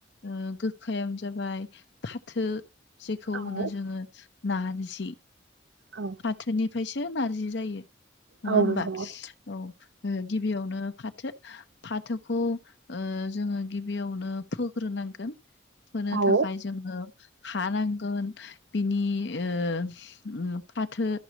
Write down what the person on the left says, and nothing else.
ओ गोखायानो जाबाय फाथो जेखौ
होनो जोङो नारजि ।
फाथोनिफ्रायसो नारजि जायो नङा
होमबा
औ म गिबियाव नो फाथो फाथोखौ ओ जोङो गिबियावनो फोग्रोनांगोन फोनो
थाखाय जोङो हानांगोन बिनि ओ उम फाथो